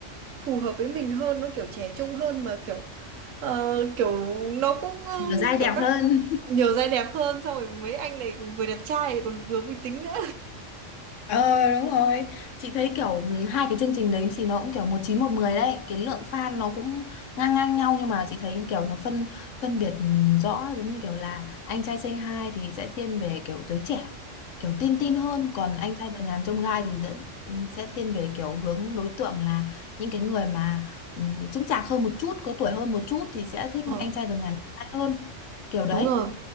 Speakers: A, on the right; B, on the left.
A: phù hợp với mình hơn nó kiểu trẻ trung hơn mà kiểu ờ, kiểu nó cũng ờ,
B: nhiều giai đẹp
A: kiểu các
B: hơn.
A: nhiều giai đẹp hơn xong rồi mấy anh này vừa đẹp trai lại còn vừa vui tính nữa
B: Ờ đúng rồi Chị thấy kiểu ừm, hai cái chương trình đấy thì nó cũng kiểu một chín một mười đấy Cái lượng fan nó cũng ngang ngang nhau Nhưng mà chị thấy kiểu nó phân phân biệt ừm, rõ Giống như kiểu là anh trai Say Hi thì sẽ thiên về kiểu giới trẻ Kiểu tin tin hơn Còn anh trai vượt ngàn chông gai thì sẽ, ừm, sẽ thiên về kiểu hướng đối tượng là Những cái người mà um, chững chạc hơn một chút Có tuổi hơn một chút thì sẽ thích
A: Ờ,
B: anh trai vượt ngàn chông gai hơn Kiểu đấy
A: Đúng rồi.